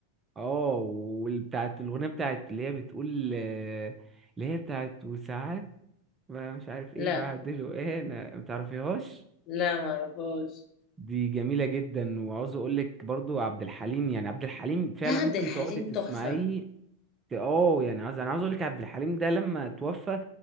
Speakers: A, on the right (about 20°); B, on the left (about 30°).
A: اه والبتاعت الاغنيه بتاعت اللي هي بتقول آه، اللي هي بتاعت وساعات بقى مش عارف ايه
B: لا
A: بعدله ايه انا ما تعرفيهاش
B: لا ما اعرفهاش
A: دي جميلة جدا وعاوز اقول لك برضو عبد الحليم يعني عبد الحليم فعلا
B: لا عبد
A: ممكن
B: الحليم
A: تقعدي تسمعيه
B: تحفه
A: ت- اه يعني عاوز انا عاوز اقول لك عبد الحليم ده لما توفى